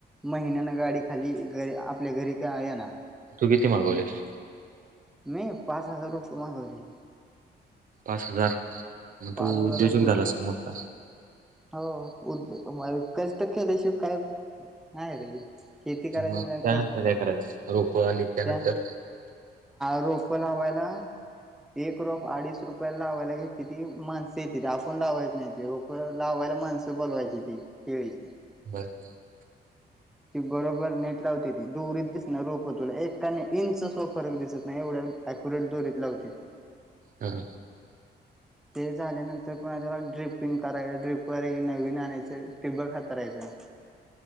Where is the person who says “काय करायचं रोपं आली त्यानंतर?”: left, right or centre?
Right